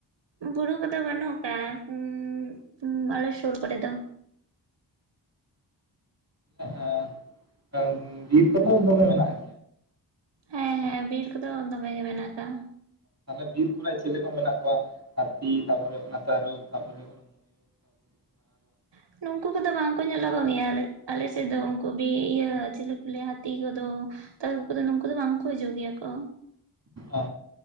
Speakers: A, on the right (about 75°); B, on the right (about 35°).
A: ᱵᱩᱨᱩ ᱠᱚᱫᱚ ᱵᱟᱹᱱᱩᱜ ᱠᱟᱜ-ᱟ ᱩᱸ ᱟᱞᱮ ᱥᱩᱨ ᱠᱚᱨᱮ ᱫᱚ᱾
B: ᱟ ᱠᱟ ᱵᱤᱨ ᱠᱚᱫᱚ ᱫᱚᱢᱮ ᱢᱮᱱᱟᱜ ᱟ?
A: ᱦᱮᱸ ᱦᱮᱸ, ᱵᱤᱨ ᱠᱚᱫᱚ ᱫᱚᱢᱮ ᱜᱮ ᱢᱮᱱᱟᱜ ᱠᱟᱜ-ᱟ᱾
B: ᱛᱟᱞᱦᱮ ᱵᱤᱨ ᱠᱚᱨᱮᱜ ᱪᱮᱞᱤ ᱠᱚ ᱢᱮᱱᱟᱜ ᱠᱚᱣᱟ, ᱦᱟᱛᱤ ᱛᱟᱯᱚᱨᱮ ᱦᱩᱭᱩᱜ ᱠᱟᱱᱟ ᱛᱟᱹᱨᱩᱵᱽ ᱛᱟᱯᱚᱨᱮ ᱦᱩᱭᱩᱜ ᱠᱟᱱᱟ ᱟᱨᱚ
A: ᱢᱟᱱᱮ ᱱᱩᱝᱠᱩ ᱠᱚᱫᱚ ᱵᱟᱝ ᱠᱚ ᱧᱮᱞᱚᱜᱚᱜ ᱜᱮᱭᱟ ᱟᱞᱮ ᱟᱞᱮᱥᱮᱫ ᱫᱚ ᱩᱝᱠᱩ ᱵᱤ ᱤᱭᱟᱹ ᱪᱤᱞᱤ ᱠᱚ ᱞᱟᱹᱭᱟ ᱦᱟᱛᱤ ᱠᱚᱫᱚ ᱛᱟᱹᱨᱩᱵᱽ ᱠᱚᱫᱚ ᱱᱩᱝᱠᱩ ᱫᱚ ᱵᱟᱝ ᱠᱚ ᱦᱤᱡᱩᱜ ᱜᱮᱭᱟ ᱠᱚ᱾
B: ᱟ